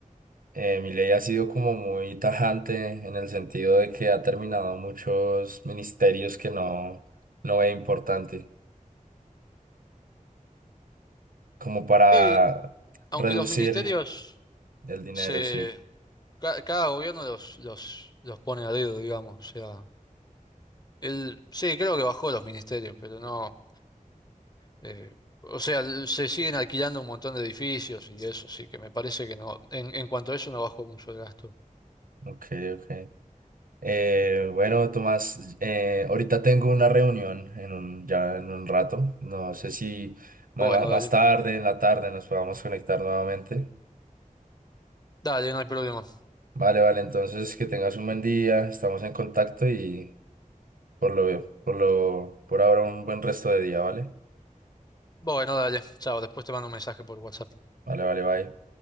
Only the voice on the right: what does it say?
Eh, Milei ha sido como muy tajante en el sentido de que ha terminado muchos ministerios que no, no ve importante, como para
reducir
el dinero,
sí.
Ok, ok. Eh, bueno, Tomás, eh, ahorita tengo una reunión en un, ya en un rato. No sé si ma-
ma- más
tarde, en la tarde, nos podamos conectar nuevamente.
Vale, vale, entonces que tengas un buen día, estamos en contacto y... Por lo, por lo, por ahora un buen resto de día, ¿vale?
Vale, vale, bye.